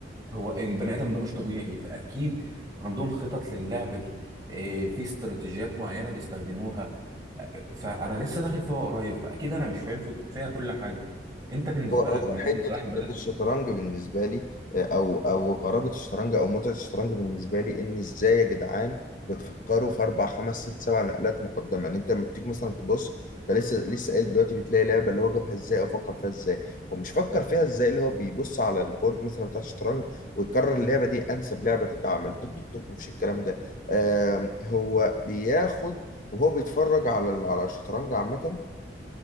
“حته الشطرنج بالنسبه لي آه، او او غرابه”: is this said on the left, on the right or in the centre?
Left